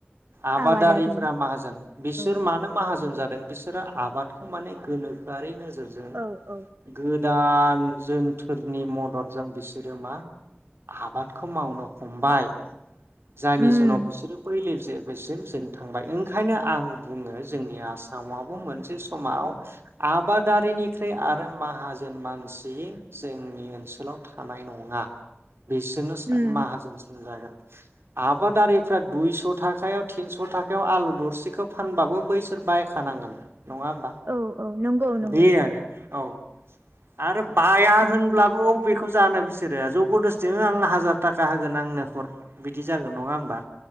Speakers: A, on the right; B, on the right.
A: आबादारिफोरा
B: आबादारि
A: माहाजोन बिसोर
B: औ
A: मानो माहाजोन जादों बिसोरो आबादखौ माने गोनोखोआरि नोजोर जोरजों
B: औ औ
A: गोदान जोनथोरनि मददजों बिसोरो मा आबादखौ मावनो हमबाय। जानि
B: उम
A: जुनाव बिसोरो पैलेस जेबोसिम जों थांबाय ओंखायनो आं बुङो जोंनि आसामावबो मोनसे समाव आबादारिनिख्रुइ आरो माहाजोन मानसि जोंनि ओनसोलाव थानाय नङा। बिसोरनोसो सा
B: उम
A: माहाजोन सोमजागोन। आबादारिफ्रा दुइस' थाखायाव तिनस' थाखायाव आलु दरसेखौ फानबाबो बैसोर बायखानांगोन। नङा होमबा
B: औ औ नंगौ नंगौ
A: बेे आरो। औ आरो बाया
B: औ
A: होनब्लाबो <unintelligible> खौ जानो बिसोरो जबरदस्थिनो आं हाजार थाखा होगोन आंनो हर बिदि जागोन नङा होमबा?